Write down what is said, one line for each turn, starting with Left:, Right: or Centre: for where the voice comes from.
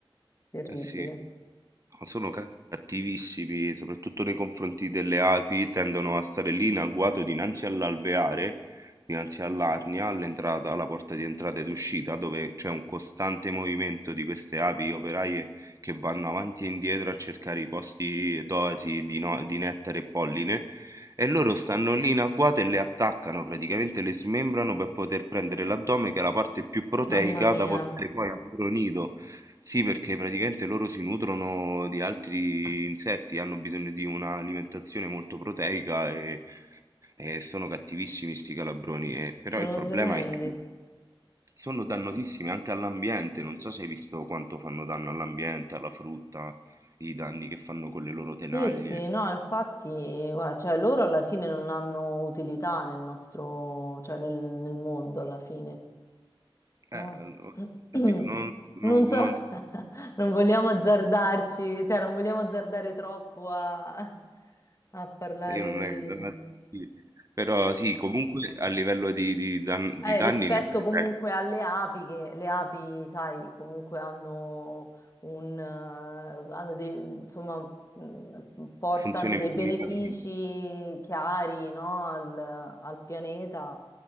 Left: terribile.
Right: Eh sì. No, Sono ca- cattivissimi, soprattutto nei confronti delle api, tendono a stare lì in agguato dinanzi all'alveare, dinanzi all'arnia, all'entrata, alla porta di entrata ed uscita, dove c'è un costante movimento di queste api operaie che vanno avanti e indietro a cercare i posti dosi di, no- di nettare e polline. E loro stanno lì in agguato e le attaccano, praticamente le smembrano per poter prendere l'addome, che è la parte più proteica
Left: Mamma mia.
Right: da portare poi al loro nido. Sì, perché praticamente loro si nutrono di altri insetti, hanno bisogno di un'alimentazione molto proteica e, e sono cattivissimi sti calabroni. E- però
Left: Sono
Right: il problema
Left: tremendi.
Right: è che sono dannosissimi anche all'ambiente. Non so se hai visto quanto fanno danno all'ambiente, alla frutta, i danni che fanno con le loro tenaglie.
Left: Sì, sì, no, infatti, guarda, cioè, loro alla fine non hanno utilità nel nostro, cioè nel, nel mondo alla fine, no?
Right: Eh,
Left: <clears throat>
Right: oddio, non, non,
Left: Non so,
Right: non-
Left: <laughs> non vogliamo azzardarci, cioè non vogliamo azzardare troppo a, a parlare
Right: eh, io non
Left: di...
Right: è che... non è- sì. Però sì, comunque a livello di, di dan- di
Left: Eh,
Right: danni
Left: rispetto
Right: ne- eh,
Left: comunque alle api, che le api, sai, comunque hanno un, eh, hanno dei, insomma, mh, portano
Right: funziona
Left: dei
Right: in
Left: benefici
Right: maniera-
Left: chiari, no, al, al pianeta,